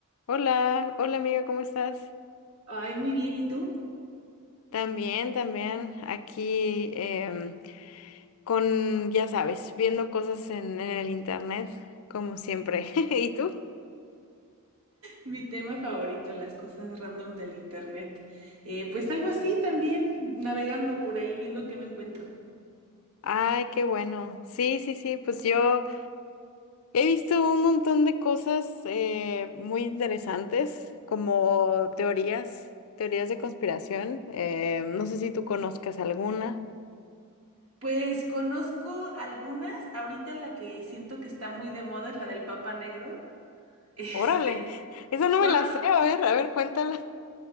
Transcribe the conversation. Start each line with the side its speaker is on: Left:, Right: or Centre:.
Left: Hola, hola amiga, ¿cómo estás?
Right: Ay, muy bien, ¿y tú?
Left: También, también, aquí em, con, ya sabes, viendo cosas en, en el internet, como siempre. <laughs> ¿Y tú?
Right: Mi tema favorito, las cosas random del internet. Eh, pues algo así también, navegando por ahí, viendo qué me encuentro.
Left: Ay, qué bueno. Sí, sí, sí, pues yo he visto un montón de cosas eh, muy interesantes, como teorías, teorías de conspiración. Eh, no sé si tú conozcas alguna.
Right: Pues conozco algunas, ahorita la que siento que está muy de moda es la del Papa Negro. <laughs> Este,
Left: Órale, <laughs> esa no
Right: bueno,
Left: me la sé, a ver, a ver, cuéntala.